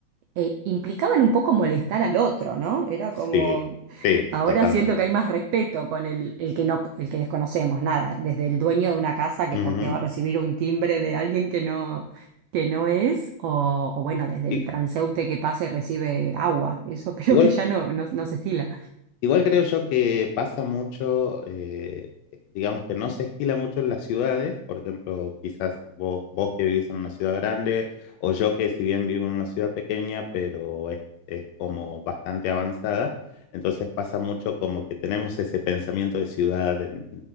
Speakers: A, on the right; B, on the left.
A: eh, implicaban un poco molestar al otro, ¿no? Era
B: Sí,
A: como,
B: sí,
A: ahora
B: totalmente.
A: siento que hay más respeto con el, el que no, el que desconocemos, nada, desde el dueño de una casa que
B: Ujú.
A: por qué va a recibir un timbre de alguien que no, que no es, o, o bueno, desde
B: I-
A: el transeúnte que pasa y recibe agua. Eso <laughs> creo
B: igual
A: que ya no, no, no se estila.
B: Igual creo yo que pasa mucho, eh, digamos que no se estila mucho en las ciudades, por ejemplo, quizás vos, vos que vivís en una ciudad grande o yo que si bien vivo en una ciudad pequeña, pero es, es como bastante avanzada, entonces pasa mucho como que tenemos ese pensamiento de ciudad, en-